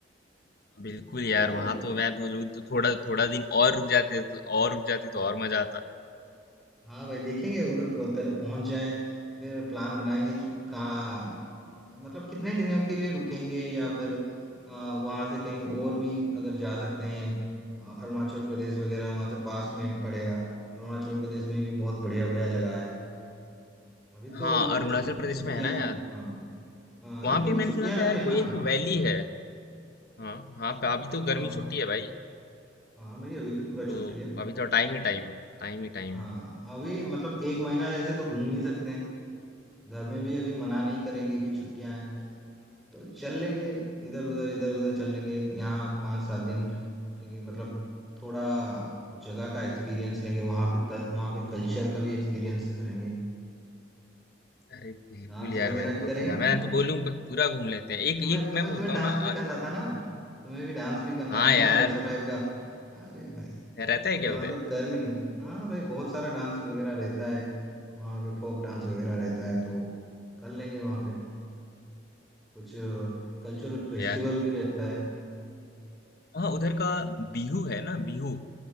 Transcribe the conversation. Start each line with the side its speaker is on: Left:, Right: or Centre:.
Left: बिल्कुल यार
Centre: क्या बोलते
Left: वहां
Centre: हो
Left: तो मैं बोलूँ तो थोड़ा थोड़ा दिन और रुक जाते तो और रुक जाते तो और मजा आता
Centre: हाँ भाई देखेंगे उधर प- पहले पहुंच जाए फिर प्लान बनाएंगे कि कहाँ मतलब कितने दिनों के लिए रुकेंगे या फिर आ, वहां से कहीं और भी अगर जा सकते हैं आ, अरुणाचल प्रदेश वगैरह वहां से पास में पड़ेगा अरुणाचल प्रदेश में भी बहुत बढ़िया बढ़िया जगह है अभी तो
Left: हाँ
Centre: मतलब
Left: अरुणाचल
Centre: छु,
Left: प्रदेश
Centre: छुट्टियां
Left: में है ना यार
Centre: हाँ हाँ
Left: वहां
Centre: अभी तो
Left: भी मैंने
Centre: छुट्टियां
Left: सुना था
Centre: अभी
Left: यार
Centre: है ना
Left: कोई एक वैली है हाँ हाँ पे अभी तो
Centre: हाँ
Left: गर्मी छुट्टी है भाई
Centre: हाँ भाई अभी तो पूरा
Left: तो
Centre: छुट्टी है
Left: अभी तो टाइम ही टाइम है टाइम ही टाइम
Centre: हाँ
Left: है
Centre: अभी मतलब एक महीना ऐसे तो घूम ही सकते हैं घर में भी अभी मना नहीं करेंगे कि छुट्टियां हैं तो चल लेंगे इधर उधर इधर उधर चल लेंगे यहाँ पाँच सात दिन रुकेंगे मतलब थोड़ा जगह का एक्सपीरियंस लेंगे वहाँ पे कल, वहाँ के कल्चर का भी एक्सपीरियंस करेंगे
Left: अरे बिल्कुल
Centre: डांस
Left: यार
Centre: वगैरह
Left: मैं तो
Centre: करेंगे
Left: तो यार मैं
Centre: ना
Left: तो बोलूँ पूरा घूम लेते हैं एक
Centre: तुम्हें
Left: एक
Centre: तुम्हें
Left: मैं बोलता
Centre: तुम्हें डांस
Left: हूँ ना अ,
Centre: भी करना था ना तुम्हें भी डांस भी करना
Left: हाँ
Centre: था ना
Left: यार
Centre: वैसा टाइप का अरे भाई
Left: है- रहता
Centre: तो
Left: है क्या
Centre: वहाँ
Left: उधर
Centre: पे कर लेंगे हाँ भाई बहुत सारा डांस वगैरह रहता है वहाँ के फोक डांस वगैरह रहता है तो कर लेंगे वहाँ पे कुछ कल्चरल फेस्टिवल
Left: यार
Centre: भी रहता है
Left: हाँ उधर का बिहू है ना बिहू